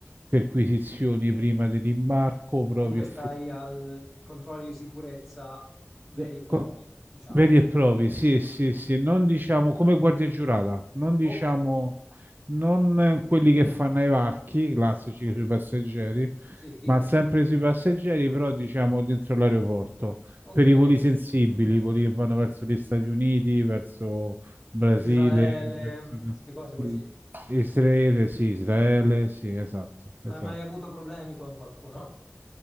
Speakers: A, on the right; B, in the centre.
A: perquisizioni prima dell'imbarco, proprio
B: Dunque
A: effettive.
B: stai al controlli di sicurezza veri
A: Co-
B: e propri,
A: co-
B: diciamo.
A: Veri e propri, sì, sì, sì, non diciamo come guardia giurata, non diciamo
B: Ok,
A: non eh, quelli che fanno i varchi classici sui passeggeri,
B: sì,
A: ma sempre sui passeggeri, però diciamo dentro l'aeroporto,
B: ok.
A: per i voli sensibili, i voli che vanno verso gli Stati Uniti, verso Brasile,
B: Israele,
A: verso
B: queste cose così.
A: i- Israele, sì, Israele, sì, esatto, esatto.
B: Hai mai avuto problemi con qualcuno?